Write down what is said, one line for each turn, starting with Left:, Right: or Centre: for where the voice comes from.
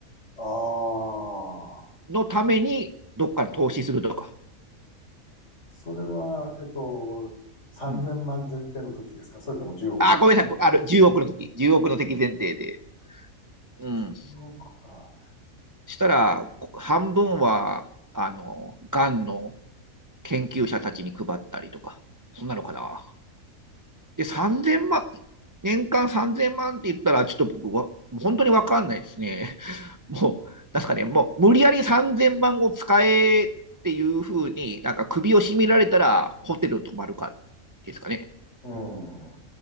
Left: ああ、
Right: のために、どっかに投資するとか。
Left: それは、えっと、3000万前提の時ですかそれとも10億
Right: うん。あ、ごめんなさい。あの、10億の時、10億の敵前提で。うん。
Left: 1億か。
Right: したら、半分は、あの、がんの研究者たちに配ったりとか、そんなのかな。
Left: はい。
Right: で、3000万、年間3000万って言ったら、ちょっと僕は、本当にわかんないですね。<laughs> もう、なんすかね、もう無理やり3000万を使えっていうふうに、なんか首を絞められたらホテル泊まるかですかね。
Left: うん。